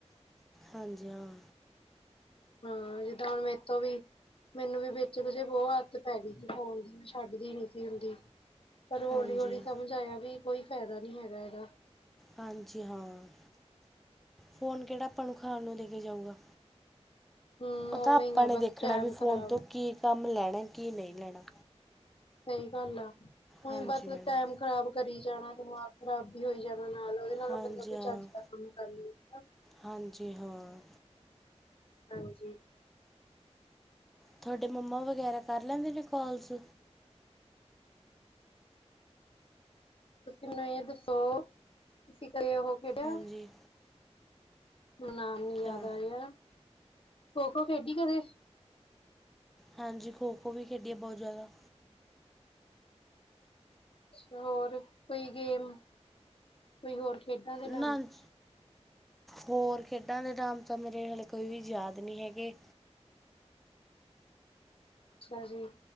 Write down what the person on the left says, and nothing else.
ਹਾਂ ਜਿੱਦਾਂ ਹੁਣ ਮੇ ਤੋਂ ਵੀ ਮੈਨੂੰ ਵੀ ਵਿੱਚ ਕ ਜੇ ਬਹੁ ਆਦਤ ਪੈ ਗਈ ਸੀ ਫੋਨ ਛੱਡਦੀ ਨੀ ਸੀ ਹੁੰਦੀ, ਪਰ ਹੌਲੀ
ਹੌਲੀ
ਸਮਝ ਆਇਆ ਵੀ ਕੋਈ ਫੈਦਾ ਨੀ ਹੈਗਾ ਇਹਦਾ
ਹਮ
ਉਵੇਂ
ਹੀ ਆ
ਬਸ
ਟੈਮ
ਖ਼ਰਾਬ
ਸਹੀ ਗੱਲ ਆ ਉਹੀ
ਬਸ
ਟੈਮ ਖ਼ਰਾਬ ਕਰੀ ਜਾਣਾ ਦਿਮਾਗ ਖ਼ਰਾਬ ਵੀ ਹੋਈ ਜਾਣਾ ਨਾਲ ਉਹਦੇ ਨਾਲੋਂ
ਬੰਦਾ ਕੋਈ
ਚੱਜ ਕਮ ਕਰੱਲੋ। <unintelligible>
ਹਾਂਜੀ
ਤੁਸੀਂ ਮੈਨੂੰ ਇਹ ਦੱਸੋ ਤੁਸੀਂ ਕੀ ਕਦੇ ਉਹ ਖੇਡਿਆ
ਮੈਨੂੰ <unintelligible> ਨਾਮ ਨੀ
ਯਾਦ ਆ ਰਿਹਾ, ਖੋ ਖੋ ਖੇਡੀ ਕਦੇ?
ਛਾ ਹੋਰ ਕੋਈ ਗੇਮ ਕੋਈ ਹੋਰ ਖੇਡਾਂ ਦੇ ਨਾਮ
ਅੱਛਾ ਜੀ